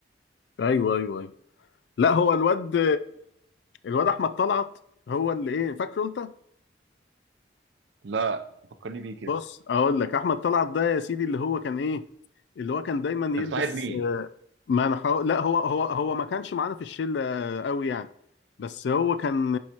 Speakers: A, on the left; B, on the right.
A: ايوه ايوه ايوه لا هو الواد الواد احمد طلعت هو اللي ايه فاكره انت؟
B: لا فكرني بيه كده
A: بص اقول لك احمد طلعت ده يا سيدي اللي هو كان ايه؟ اللي هو كان دايما
B: كان
A: يلبس
B: صاحب مين؟
A: ما انا حاول لا هو هو هو ما كانش معانا في الشله قوي يعني بس هو كان